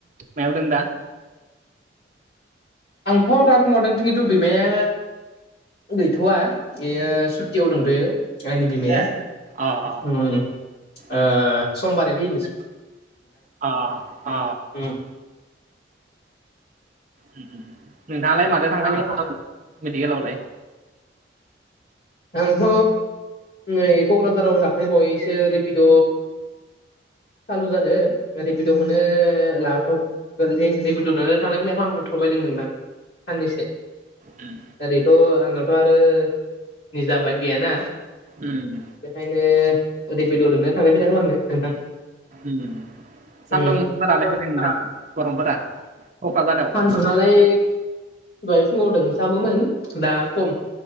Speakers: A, on the right; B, on the left.
A: मायाव दों दा
B: आंथ' दा बुंहदों खिथु बिमाया गैथ'वा बेयो सुटियाव दंथयो आंनि बिमाया
A: ए अ अ
B: उम ओ
A: उम
B: समबार फयोनोस
A: अ अ
B: उम
A: उम नोंथाङालाय मादो थांलाय
B: दालाय
A: फैबाय खालामो
B: माथो
A: मेडिकेलावलाय
B: आंथ नै कक्राझाराव दाख्लै बायैसो ओरै रिपिड' सालु जादों रिपिड'खौनो लाथाव औ दे रेपिड' नो थांलाय फैलाय खालामबोथ'बायदों नोंथां साननैसो
A: उम,
B: दा रे थ' आंनावथ' आरो निजा बाइक गैयाना
A: उम,
B: बेखायनो रेपिड'दोनो थांलाय फैलाय खालामो नोंथां
A: उम सान्दुंफोरालाय
B: उम सान्दुंफोरालाय
A: बुरै नोंथां गरमफोरा क'क्राझाराव
B: सान्दुङालाय दहाय फुङाव दोंसाबोमोन दा खम